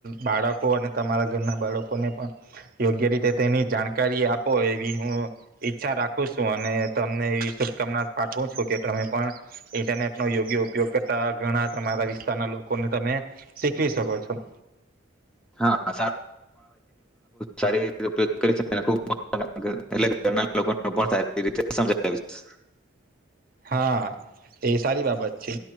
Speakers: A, on the right (about 45°); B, in the centre.
A: બાળકો અને તમારા ઘરના બાળકોને પણ યોગ્ય રીતે તેની જાણકારી આપો, એવી હું ઈચ્છા રાખું છું અને તમને એવી શુભકામના પાઠવું છું, કે તમે પણ ઇન્ટરનેટ નો યોગ્ય ઉપયોગ કરતા ઘણા તમારા વિસ્તારના લોકોને તમે શીખી શકો છો.
B: હા. <unintelligible> સારીતેયો ઉપયોગ કરી શકું એટલે ઘરના લોકોને પણ સારી રીતે સમજાવીશ
A: હા, એ સારી બાબત છે.